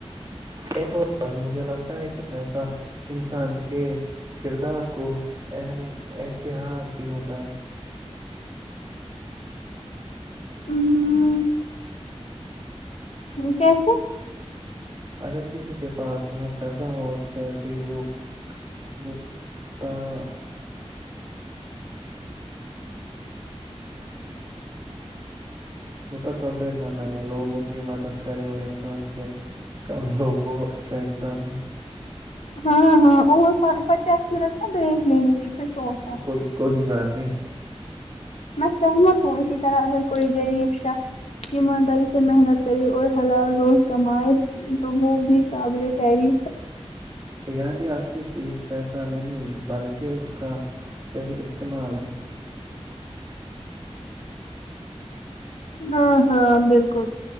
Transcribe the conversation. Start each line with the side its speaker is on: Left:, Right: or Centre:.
Right: ایک مجھے لگتا ہے کہ پیسہ انسان کے کردار کو اہم اتحاد بھی ہوتا ہے
Left: ہم، کیسے
Right: اگر کسی کے پاس بہت پیسہ ہو پھر بھی وہ <unintelligible>
Left: <inaudible>
Right: متکبر نہ بنے لوگوں کی مدد کرے اور انسان سے کم لوگ وہ اچھا انسان ہے
Left: ہاں ہاں اور پچاس منٹ نا بریک لینی تھی پھر سوچتا
Right: کوئی
Left: تھا
Right: کوئی بات نہیں
Left: میں سہمت ہوں اسی طرح اگر کوئی غریب شخص ایمانداری سے محنت کرے اور حلال روز کمائے تو وہ بھی قابل تحریف ہے
Right: یعنی اصلی چیز پیسہ نہیں بلکہ اس کا صحیح استعمال ہے
Left: ہاں ہاں بالکل